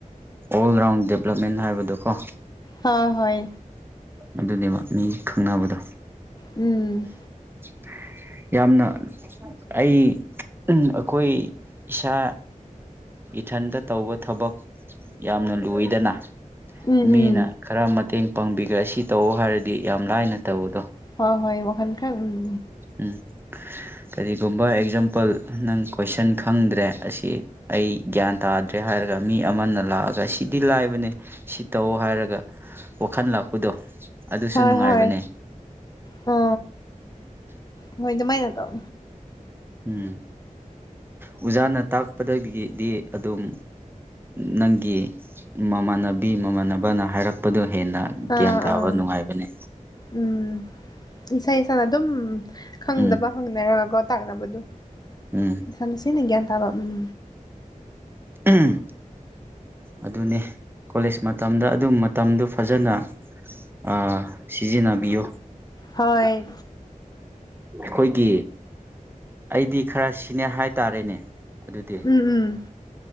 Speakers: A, on the right; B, on the left.
A: ꯑꯣꯜ ꯔꯥꯎꯟ ꯗꯦꯕ꯭ꯂꯞꯃꯦꯟ ꯍꯥꯏꯕꯗꯨꯀꯣ
B: ꯍꯣꯏ ꯍꯣꯏ
A: ꯑꯗꯨꯅꯦꯕ ꯃꯤ ꯈꯪꯅꯕꯗꯣ
B: ꯎꯝ
A: <inaudible> ꯌꯥꯝꯅ ꯑꯩ ꯎꯝ ꯑꯈꯣꯏ ꯏꯁꯥ ꯏꯊꯟꯇ ꯇꯧꯕ ꯊꯕꯛ ꯌꯥꯝꯅ ꯂꯣꯏꯗꯅ
B: ꯎꯝ
A: ꯃꯤꯅ
B: ꯎꯝ
A: ꯈꯔ ꯃꯇꯦꯡ ꯄꯥꯡꯕꯤꯒ ꯁꯤ ꯇꯧ ꯍꯥꯏꯔꯗꯤ ꯌꯥꯝ ꯂꯥꯏꯅ ꯇꯧꯕꯗꯣ
B: ꯍꯣ ꯍꯣꯏ ꯋꯥꯈꯟ ꯈ ꯎꯝ
A: ꯎꯝ ꯀꯔꯤꯒꯨꯝꯕ ꯑꯦꯛꯖꯥꯝꯄꯜ ꯅꯪ ꯀꯣꯏꯁꯟ ꯈꯪꯗ꯭ꯔꯦ ꯑꯁꯤ ꯑꯩ ꯒ꯭ꯌꯥꯟ ꯇꯥꯗ꯭ꯔꯦ ꯍꯥꯏꯔꯒ ꯃꯤ ꯑꯃꯅ ꯂꯥꯛꯑꯒ ꯁꯤꯗꯤ ꯂꯥꯏꯕꯅꯦ ꯁꯤ ꯇꯧ ꯍꯥꯏꯔꯒ ꯋꯥꯈꯟ ꯂꯥꯛꯄꯗꯣ ꯑꯗꯨꯁꯨ
B: ꯍꯣꯢ
A: ꯅꯨꯡꯉꯥꯏꯕꯅꯦ
B: ꯍꯣꯏ ꯍ ꯍꯣꯏ ꯑꯗꯨꯃꯥꯏꯅ ꯇꯧ
A: ꯎꯝ ꯑꯣꯖꯥꯅ ꯇꯥꯛꯄꯗꯒꯤꯗꯤ ꯑꯗꯨꯝ ꯅꯪꯒꯤ ꯃꯃꯥꯟꯅꯕꯤ ꯃꯃꯥꯟꯅꯕꯅ ꯍꯥꯏꯔꯛꯄꯗ ꯍꯦꯟꯅ
B: ꯑꯥ
A: ꯒ꯭ꯌꯥꯟ ꯇꯥꯕ
B: ꯑꯥ
A: ꯅꯨꯡꯉꯥꯏꯕꯅꯦ
B: ꯎꯝ ꯏꯁꯥ ꯏꯁꯥ ꯑꯗꯨꯝ ꯈꯪꯗꯕ
A: ꯎꯝ
B: ꯍꯪꯅꯔꯒꯀꯣ ꯇꯥꯛꯅꯕꯗꯣ
A: ꯎꯝ
B: ꯏꯁꯥꯅ ꯅꯨꯁꯤꯅ ꯒ꯭ꯌꯥꯟ ꯇꯥꯕ ꯎꯝ
A: ꯎꯝ ꯑꯗꯨꯅꯦ ꯀꯣꯂꯦꯖ ꯃꯇꯝꯗ ꯑꯗꯨꯝ ꯃꯇꯝꯗꯨ ꯐꯖꯅ ꯑ ꯁꯤꯖꯤꯟꯅꯕꯤꯌꯣ
B: ꯍꯣꯏ
A: ꯈꯣꯏꯒꯤ ꯑꯩꯗꯤ ꯈꯔ ꯁꯤꯅꯦꯌꯔ ꯍꯥꯏꯇꯥꯔꯦꯅꯦ ꯑꯗꯨꯗꯤ
B: ꯎꯝ ꯎꯝ